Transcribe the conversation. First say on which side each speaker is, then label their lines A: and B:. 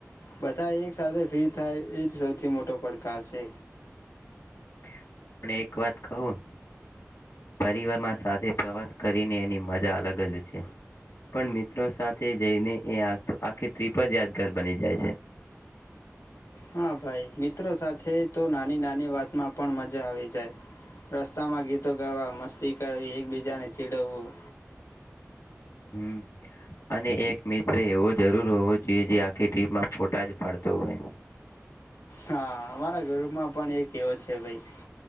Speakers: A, on the left; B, on the left.
A: બધા એક સાથે ફ્રી થાય એ જ સૌથી મોટો પડકાર છે
B: હ પણ એક વાત કહું પરિવારમાં સાથે પ્રવાસ કરીને એની મજા અલગ જ છે પણ મિત્રો સાથે જઈને એ આ તો આખી ટ્રીપ જ યાદગાર બની જાય છે
A: હા ભાઈ મિત્રો સાથે તો નાની નાની વાતમાં પણ મજા આવી જાય રસ્તામાં ગીતો ગાવા મસ્તી કરવી એકબીજાને ચીડવવું
B: હમ અને એક મિત્ર એવો જરૂર હોવો જોઈએ જે આખી ટીમમાં ફોટા જ પાડતો હોય
A: હા અમારા ઘરમાં પણ એક એવો છે ભાઈ